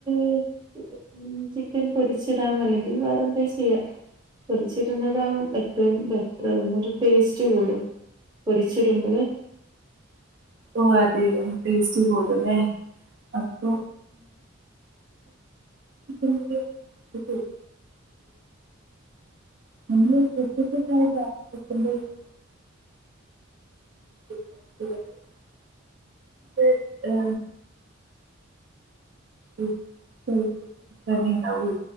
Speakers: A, on the right; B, on the right.
A: ഉ ചിക്കൻ പൊരിച്ചിടാം അല്ലെങ്കിൽ വേറെ എന്താ ചെയ്യാ പറിച്ചിരുന്നതാവും ഏറ്റവും ബെറ്റർന്നരു ടേസ്റ്റ് കൂടും പൊരിച്ചിടുമ്പഴ്
B: ഓ് അതെ ടേസ്റ്റ് കൂടല്ലേ അപ്പൊ പി <inaudible> <unintelligible> െ <inaudible> ഏഹ് ഉം ഉം തർണി ണ്ടാവും